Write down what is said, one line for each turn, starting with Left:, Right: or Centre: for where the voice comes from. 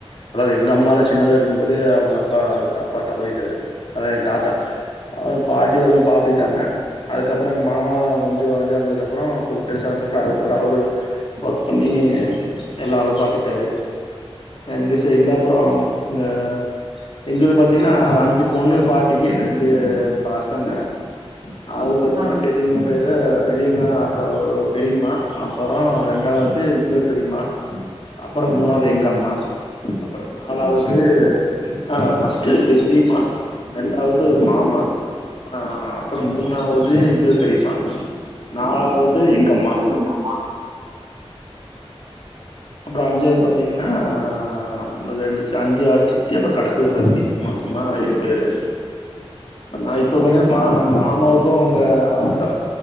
Left: அதாது எங்க அம்மாலா சின்னதா இருக் க்கும்போதே அவுங்க அப்பா அது அப்பா தவறிட்டாரு அதா என் தாத்தா அவுங்க பாட்டி எல்லா பாத்துக்கிட்டாங்க அதுக்கப்பறோ எங்க மாமா கொஞ்சோ இதானதுக்கப்பறோ கொஞ்சோ பெருசானதுக்கப்பறோ அதுக்கப்பறோ அவரு ஒர்க் பண்ணி எல்லா அவரு பாத்துக்கிட்டாரு எங்க சைடுல அப்பறோ இந்த எங்கது பாத்தீங்கன்னா அஞ்சு பொண்ணுக பாட்டிக்கு ரெண்டு பசங்க அதுல பாத்தீங்கன்னா
Right: ஆ
Left: பெ பெரியவங்க பேரு பெரியவங்கதா அக்கா ஒரு பெரிம்மா அப்பறோ ரெண்டாது இன்னொரு பெரிம்மா அப்பறோ மூணாது எங்க அம்மா அப்பறோ நாலாவது
Right: ஓ செரி செரி
Left: ஆ ஃபர்ஸ்ட்டு பேசுனது பெரிம்மா ரெண்டாவது ஒரு மாமா ஆ அப்பறோ மூணாவது இன்னொரு பெரியம்மா நாலாவது எங்கம்மா
Right: எங்க அம்மா
Left: அப்பறோ அஞ்சாது பாத்தீங்கன்னா ஆ அம்பதஞ்சிச்சி அஞ்சு ஆறு சித்தி அப்பறோ கடசில ஒரு தம்பி மொத்தமா ஏழு பேரு நா இப்ப
Right: ஓகே
Left: பாத்தீங்கன்னா
Right: ஓகே
Left: மா மாமாவுக்கு அவுங்க அத்த